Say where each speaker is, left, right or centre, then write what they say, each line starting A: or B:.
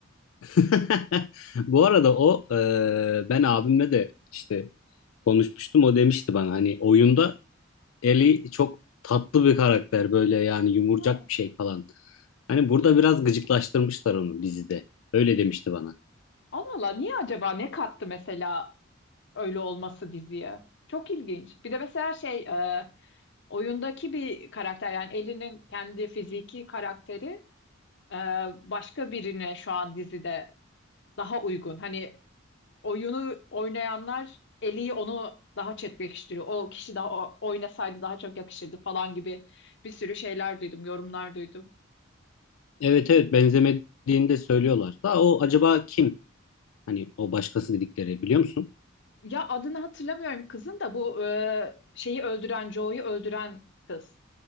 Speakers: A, on the left; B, on the left.
A: <laughs> Bu arada o ee, ben abimle de işte konuşmuştum o demişti bana hani oyunda Ellie çok tatlı bir karakter böyle yani yumurcak
B: Ha.
A: bir şey falan. Hani burada biraz gıcıklaştırmışlar onu dizide. Öyle demişti bana.
B: Allah Allah niye acaba ne kattı mesela öyle olması diziye. Çok ilginç. Bir de mesela şey e, oyundaki bir karakter yani Ellie'nin kendi fiziki karakteri e, başka birine şu an dizide daha uygun. Hani oyunu oynayanlar Ellie'yi onu daha çekleştiriyor. O kişi daha o- oynasaydı daha çok yakışırdı falan gibi bir sürü şeyler duydum, yorumlar duydum.
A: Evet evet benzemediğini de söylüyorlar. Da o acaba kim? Hani o başkası dedikleri biliyor musun?
B: Ya adını hatırlamıyorum kızın da bu e, şeyi öldüren Joe'yu öldüren kız.